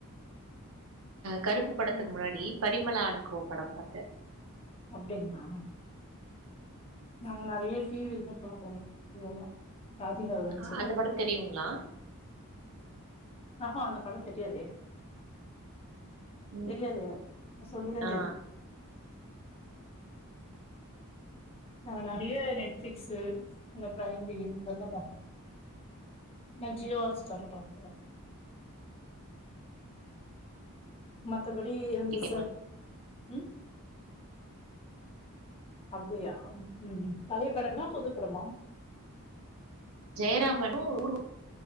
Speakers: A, on the right; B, on the left.
A: கருப்பு படத்துக்கு
B: ம்
A: முன்னாடி பரிமலா அன் கோ பட பாத்த
B: அப்டிங்ளா நாங்க நெறைய டிவில்தா பாப்போ <inaudible> வந்துச்சுல்ல
A: ஆ அந்த பட தெரியுங்ளா
B: ஆஹா அந்த பட தெரியாதே
A: ம் ம்
B: தெரியாதே இப்ப சொல்லிதா
A: ஆ
B: தெர்து நாங்க நெறைய நெட்ஃபிக்சு இந்த ப்ரைம் வீடியோ அதுதா பாப்போ நா ஜியோ ஹாஸ்டார்ல பாப்போ மத்தப்படி அந்த
A: இது
B: ச உம் அப்டியா ம் ம் பழய படங்களா புது படமா
A: ஜெயராமனு ஊர்வ